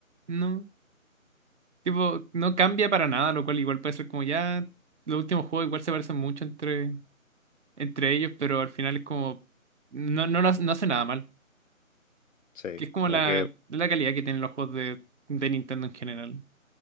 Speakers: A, on the right; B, on the left.
A: ¿no? Tipo, no cambia para nada, lo cual igual puede ser como ya, los últimos juegos igual se parecen mucho entre, entre ellos, pero al final es como, no, no, lo hace, no hace nada mal,
B: Sí,
A: que es como
B: como
A: la,
B: que,
A: la calidad que tienen los juegos de, de Nintendo en general.